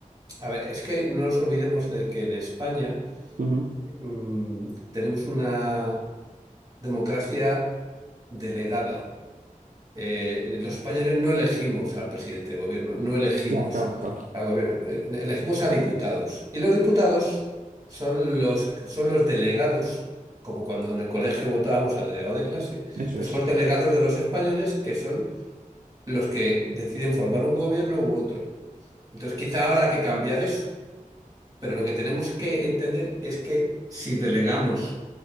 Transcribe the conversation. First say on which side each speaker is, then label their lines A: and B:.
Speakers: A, on the right (about 25°); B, on the right (about 65°).
A: A ver, es que no nos olvidemos de que en España
B: ujú.
A: mm, tenemos una democracia delegada. Eh, los españoles no elegimos al presidente de gobierno, no elegimos
B: Ya, claro, claro.
A: al gobierno, eh, elegimos a diputados. Y los diputados son los, son los delegados, como cuando en el colegio votábamos al delegado de clase,
B: Eso
A: pues
B: es,
A: son los
B: claro.
A: delegados de los españoles que son los que deciden formar un gobierno u otro. Entonces, quizá habrá que cambiar eso, pero lo que tenemos que entender es que si delegamos